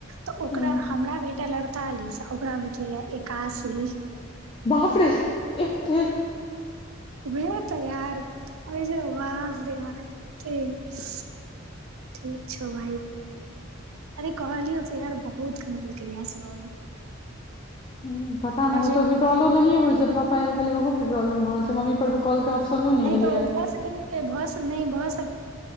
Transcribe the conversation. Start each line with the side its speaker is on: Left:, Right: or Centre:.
Right: तऽ ओकरा
Left: हूँ
Right: हमरा भेटै लड़तालीस ओकरा भेटलैए एकासी
Left: बाप रे एते
Right: भै ते यार <unintelligible> अर जे वाप रे बाप र भ ठीक छौ भाइ अरे कहलियौ त यार बहुत कम भेटय यह सब
Left: ह पता
Right: हमर
Left: नहि ओतय
Right: जे
Left: विडोलो नहिए होइत छैक पाय अरब गेलय हो पिट्रल भ रहल छै मम्मी पर कॉल के ऑप्शनो
Right: नहि
Left: एलैया
Right: तो उ भस भस नहि बस